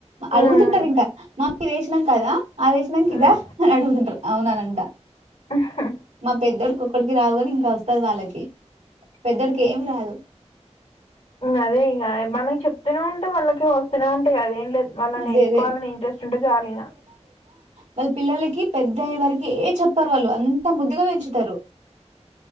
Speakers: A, on the right (about 80°); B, on the left (about 80°).
A: అడుగుతుంటారు
B: ఉమ్,
A: ఇంకా మా మీ వేసినాం కదా అదేసినంక
B: ఉమ్.
A: ఇదా అని అడుగుతుంటారుఅవుననంట
B: ఉహు,
A: మా పెద్దోడు అక్కడికి రావు కాని ఇంకా వస్తది వాళ్ళకి పెద్దడికి ఏం రాదు‌
B: అదే ఇగ మనకి చెప్తూనే ఉంటే వాళ్ళకి వస్తూనే ఉంటాయి అదేం లేదు. వాళ్ళు
A: అదే
B: నేర్చుకోవాలని
A: అదే
B: ఇంట్రెస్ట్ ఉంటే చాలు ఇగా.
A: మళ్ళీ పిల్లలకి పెద్ద అయ్యే వరకి ఏం చెప్పరు వాళ్ళు అంతా ముద్దుగా పెంచుతారు.